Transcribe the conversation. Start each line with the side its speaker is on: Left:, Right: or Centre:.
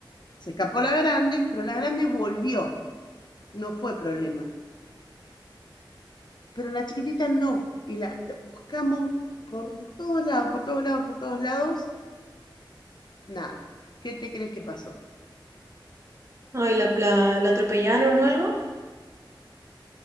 Left: Se escapó la grande, pero la grande volvió, no fue problema. Pero la chiquitita no, y la la buscamos por todos lados, por todos lados, por todos lados Nada. ¿Qué te crees que pasó?
Right: Ay, la, la, la atropellaron o algo.